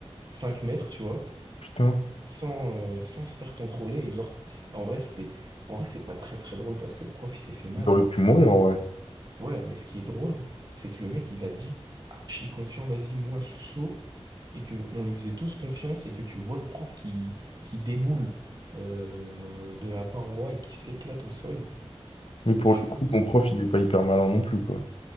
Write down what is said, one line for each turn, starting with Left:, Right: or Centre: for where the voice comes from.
Right: 5 mètres, tu vois,
Left: Putain.
Right: sans, euh, sans se faire contrôler. Et genre, c'est- en vrai, c'était, en vrai, c'est pas très très drôle parce que le prof, il s'est fait mal.
Left: Il aurait pu mourir
Right: Mais ce
Left: en
Right: qui
Left: vrai.
Right: est Ouais, mais ce qui est drôle, c'est que le mec, il a dit archi confiant, vas-y, moi, je suis chaud, et que on lui faisait tous confiance, et que tu vois le prof qui, qui déboule euh, de la paroi et qui s'éclate au sol.
Left: Mais
Right: Donc,
Left: pour
Right: tu
Left: le
Right: vois,
Left: coup,
Right: ça,
Left: ton
Right: c'était.
Left: prof, il est pas hyper malin non plus, quoi.